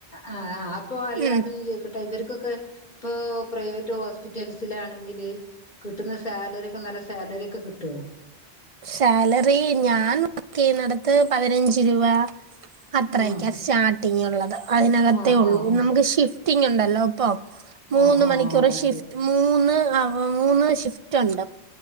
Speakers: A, on the left; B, on the right.
A: ആഹ് അപ്പൊ അല്ലപ്പ
B: ഉം.
A: ട്ട ഇവരിക്കൊക്കെ ഇപ്പൊ പ്രൈവറ്റ് ഹോസ്പിറ്റൽസൽസിലാണെങ്കില് കിട്ടുന്ന സാലറി ഒക്കെ നല്ല സാലറിക്കെ കിട്ടോ
B: സാലറി ഞാൻ വർക്ക് ചെയ്യുന്നടത്ത് പതിനഞ്ച് രൂവ അത്രക്ക
A: ഉം
B: സ്റ്റാർട്ടിങ് ഒള്ള- അതിനകത്തെ
A: ആഹ്
B: ഒള്ളൂ
A: ആഹ്
B: നമുക്ക് ഷിഫ്റ്റിംങ്ങൊണ്ടല്ലോ അപ്പം മൂന്ന്
A: ആഹ് ആഹ് ആഹ്
B: മണിക്കൂർ ഷിഫ്റ്റ്
A: ശരി
B: മൂന്ന് അവ മൂന്ന് ഷിഫ്- റ്റൊണ്ട്